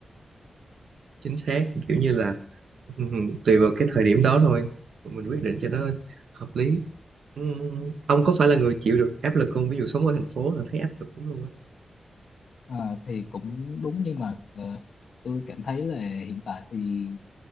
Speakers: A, on the right (about 70°); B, on the left (about 65°).
A: chính xác kiểu như là ừ, ừ, tùy vào cái thời điểm đó thôi mà mình quyết định cho nó hợp lý ừ, ông có phải là người chịu được áp lực không ví dụ sống ở thành phố là thấy áp lực lắm luôn á
B: Ờ, thì cũng đúng nhưng mà ờ, tôi cảm thấy là hiện tại thì